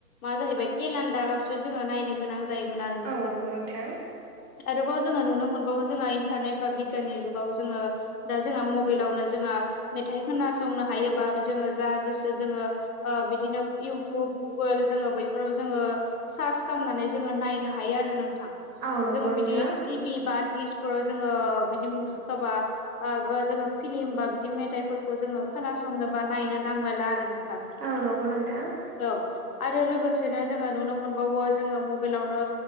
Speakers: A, on the left; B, on the right.
A: मा जाहैबाय केलानडारावसो जोङो नायनो गोनां जायोमोन आरो नोंथां
B: औ नंगौ नोंथां।
A: आरोबाव जोङो नुनो मोनबावो जोंहा इन्टारनेट बा बिगियाननि जुगाव जोङो दा जोंहा मबाइलावनो जोङा मेथाइ खोनासंनो हायो बा जोङो जा गोसो जोङो ओ बिदिनो इउटुब गुगोल जोङो बै फोराव जोङो सार्च खामनानै जोङो नायनो हायो आरो नोंथां।
B: औ नंगौ
A: जोङो बिदि
B: नोंथां
A: टिभि बा दिसकफोराव जोङो बिदि मुसुखाबा आ ओ जोङो फिलिम बा बिदि मेथाइफोरखौ जोङो खोनासंनो बा नायनो नांलायला आरो ना।
B: औ नंगौ नोंथां।
A: औ आरो लोगोसेनो जोङो नुनो मोनबावो जोङो मबेलावनो